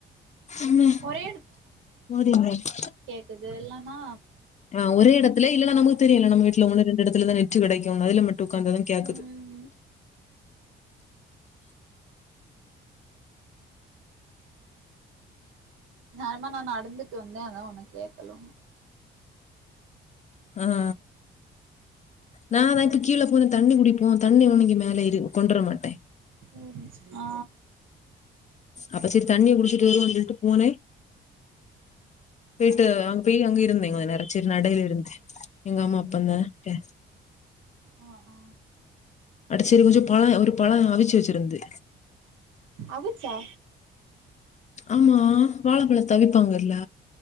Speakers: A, on the left (about 35°); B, on the right (about 80°).
A: ஆமா
B: ஒரே
A: <unintelligible>
B: இது இல்லனா
A: அ ஒருே இடத்துல இல்லனா நமக்கு தெரியல நம்ம வீட்டுல ஒன்னு ரெண்டு இடத்துல தான் நெட்டு கிடைக்கும்னு அதுல மட்டும் உட்கார்ந்தா தான் கேக்குது
B: ம் நேரமா நா நடந்துட்டு வந்தே அதா ஒனக்கு கேக்கல ஒன்னு
A: ஆ ஆ நா
B: என்
A: தா இப்ப கீழ போனே தண்ணி குடிப்போ தண்ணி உனக்கு மேல ஏறி கொண்டுவர மாட்டே
B: ம் அ
A: அப்ப சரி தண்ணி குடிச்சிட்டு வரும் வந்துட்டு பூனே போயட்டு அவங் போய் அங்க இருந்தே கொஞ்ச நேர சேரி நடைல இருந்தே எங்க அம்மா அப்பந்தா பே
B: அ அ
A: அது சேரி கொஞ்ச பழ ஒரு பழ அவிச்சு வெச்சிருந்து
B: அவிச்சா
A: ஆமா வாழப்பழத்த அவிப்பாங்கல்ல